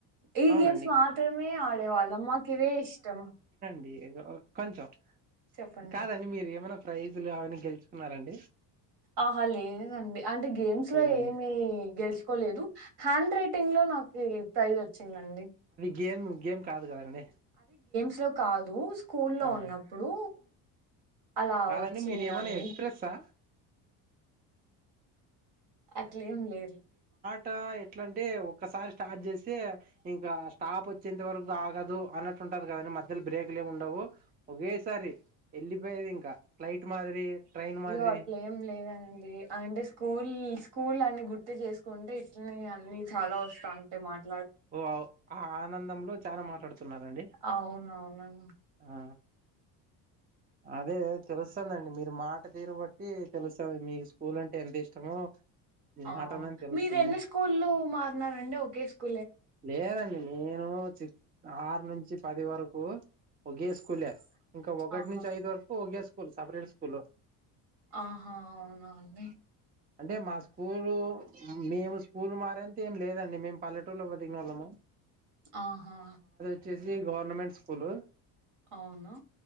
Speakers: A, on the right; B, on the right.
A: ఈ
B: అవునండి
A: గేమ్స్ మాత్రమే ఆడవాళ్ళం మాకివే ఇష్టం
B: డి ఏదో కొంచెం
A: చెప్పండ్
B: కాదండి
A: జెప్
B: మీరు ఏమైనా ప్రైజులు అవన్నీ గెలుచుకున్నారండి
A: అహ లేదండి అంటే గేమ్స్
B: లేదండి
A: లో ఏమి గెలుచుకోలేదు హ్యా హ్యాండ్రైటింగ్ లో నాకి ప్రైజొచ్చిందండి
B: గేము గేమ్ కాదు కదండి
A: స్లొ కాదు స్ కూల్లో
B: అవునండి
A: ఉన్నప్పుడు అలా
B: కాదండి
A: వచ్చిందండి
B: మీరు ఏమైనా ఎక్స్ప్రెస్సా
A: అట్లేం లేద్ లే
B: ట ఎట్లంటే ఒక్కసారి స్టార్ట్ జేసే ఇంక స్టాపొచ్చేంత వరకు ఆగదు అన్నట్టుంటాది కదండి మధ్యలో బ్రేక్లేముండవు ఒకేసారి ఎళ్ళిపోయేదింక ఫ్లైట్ మాదిరి ట్రైన్
A: అయ్యో
B: మాదిరి
A: అట్లేమ్ లేదండి అంటె స్కూల్ స్కు కూల్లన్ని గుర్తు జేసుకుంటే ఇట్లనే ఇగ అన్ని చాలా వస్తాంటాయ్ మాట్
B: ఓ ఔ ఆ ఆనందంలో చాలా మాట్లాడుతున్నారండి
A: అవునవునండి
B: ఆ అదే తెలుస్తాందండి మీరు మాట్ ట్టె తీరు బట్టి తెలుస్తాంది మీకు స్కూలంటే ఎంత ఇష్టమో మీ
A: ఆ
B: మాటలోనే తెలుస్తుంది
A: మీరెన్ని స్కూల్లు మారినారండి ఒకే స్కూ
B: లేేదండి మ్ నేను చిక్ ఆర్ నుంచి పది వరకు ఒకే స్కూలే ఇంక ఒగట్
A: ఆహా
B: నుంచి ఐదు వరకు ఒగే స్ కూల్ సపరేట్ స్కూలు
A: ఆహా అవునా అండి
B: అంటే మా స్కూలు మేము స్కూల్ మారేంతేం లేదండి మేమ్ పల్లెటూర్లో బతికినోళ్లము
A: ఆహా
B: వొచ్చేసి గవర్నమెంట్ స్కూలు
A: ఔనా